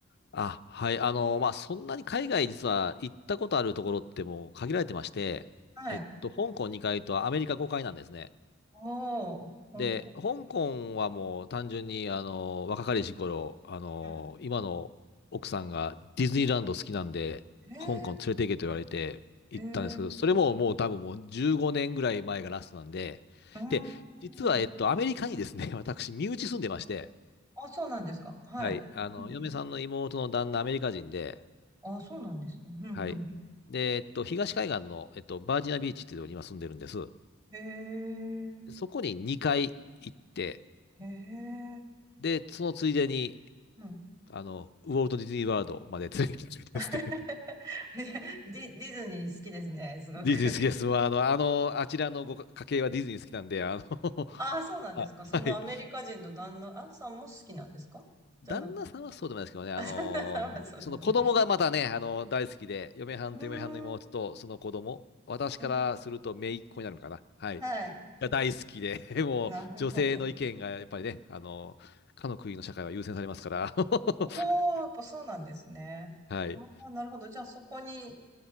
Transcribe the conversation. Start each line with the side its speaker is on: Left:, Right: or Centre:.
Left: あ、はい。あの、まあ、そんなに海外実は行ったことあるところってもう限られてまして、
Right: はい。
Left: えっと、香港2回とアメリカ5回なんですね。
Right: おー、香港。
Left: で、香港はもう単純に、あの、若かりし頃、あの、
Right: うん。
Left: 今の奥さんがディズニーランド好きなんで、
Right: へえ
Left: 香港連れて行けと言われて行ったんですけど、
Right: へえう
Left: それももう多分もう15年ぐらい前がラストなんで、
Right: ーん。
Left: で、実は、えっと、アメリカにですね、<laughs> 私、身内住んでまして、
Right: あ、そうなんですか。はい。
Left: はい、あの、
Right: うんうん
Left: 嫁さんの妹の旦那、アメリカ人で、
Right: あ、そうなんですね。うん、
Left: はい。
Right: うん、うん。
Left: で、えっと、東海岸の、えっと、バージニアビーチっていうところに今住んでるんです。
Right: へえ
Left: そこに2回行って、
Right: へえ
Left: で、そのついでに、
Right: うん。
Left: あの、ウォルト・ディズニー・ワールドまで連れてきてくれたんですね。
Right: <laughs> ディ、ディズニー好きですね、
Left: <laughs>
Right: すごく。
Left: ディズニー好きです。まあ、あの、あの、あちらのご家系はディズニー好きなんで、あの、<laughs>
Right: ああ、そうなんですか。
Left: あはい。
Right: そのアメリカ人の旦那、あさんも好きなんですかじゃな
Left: 旦那さんはそうでもないですけどね、あのーその子供がまたね、
Right: あ、旦那さんはそうでもない。
Left: あのー大好きで、嫁はんと嫁はんの妹とその子供、
Right: うーん、
Left: 私からすると姪っ子になるのかな、
Right: うん、
Left: はい、
Right: はい。
Left: が大好きで、<laughs> もう女性の意見がやっぱりね、
Right: なるほど。
Left: あのーかの国の社会は優先されますから、<laughs>
Right: おー、やっぱそうなんですね。
Left: はい。
Right: あー、なるほど。じゃあそこに、